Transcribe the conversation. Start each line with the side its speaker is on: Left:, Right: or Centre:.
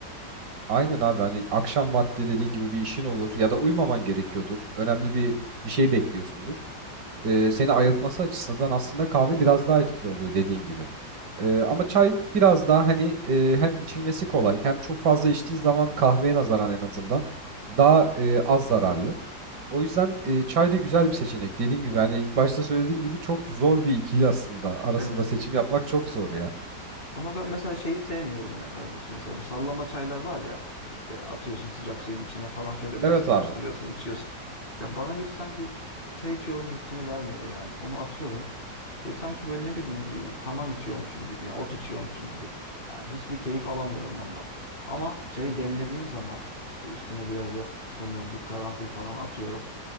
Right: Aynen abi hani akşam vakti dediğin gibi bir işin olur ya da uyumaman gerekiyordur. Önemli bir bir şey bekliyorsundur. Ee, seni ayıltması açısından aslında kahve biraz daha etkili oluyor dediğin gibi. Ee, ama çay biraz daha hani e, hem içilmesi kolay hem çok fazla içtiğin zaman kahveye nazaran en azından daha e, az zararlı. O yüzden e, çay da güzel bir seçenek. Dediğim gibi hani ilk başta söylediğim gibi çok zor bir ikili aslında. Arasında
Left: Evet.
Right: seçim yapmak çok zor ya.
Left: Ama ben mesela şeyi sevmiyorum ya kardeşim. Mesela bu sallama çaylar var ya. İşte atıyorsun sıcak suyun içine falan şöyle
Right: Evet
Left: biraz karıştırıyorsun,
Right: abi.
Left: içiyorsun. Ya bana hiç sanki çay içiyorum hissini vermiyor yani. Onu atıyorum ve sanki böyle ne bileyim bir saman içiyormuşum gibi, ot içiyormuşum gibi. Yani hiçbir keyif alamıyorum ondan. Ama çayı demlediğim zaman işte üstüne biraz da tomurcuk, karanfil falan atıyorum.